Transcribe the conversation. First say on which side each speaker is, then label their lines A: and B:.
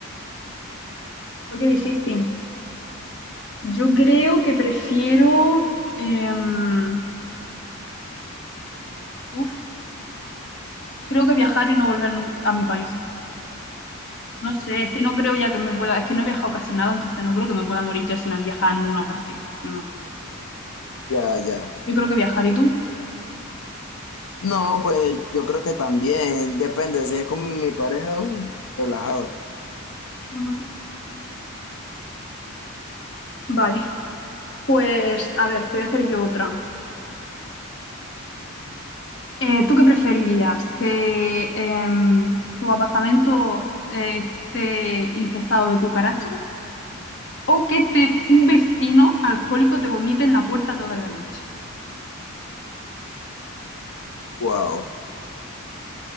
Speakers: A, on the left (about 55°); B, on the left (about 75°).
A: uy, qué difícil. Yo creo que prefiero, em, uf, creo que viajar y no volver nun- a mi país. No sé, es que no creo ya que me pueda, es que no he viajado casi nada, entonces no creo que me pueda morir ya sin viajar a ninguna parte. No,
B: Ya, ya.
A: yo creo que viajar. ¿Y tú?
B: No, pues yo creo que también, depende, si es con mi pareja, uh, relajado.
A: Ujú. Vale, pues a ver, te voy a hacer yo otra. Eh, ¿tú qué preferirías? ¿Que em, tu apartamento eh, esté infectado de cucarachas o que te, un vecino alcohólico te vomite en la puerta toda la noche?
B: Wow.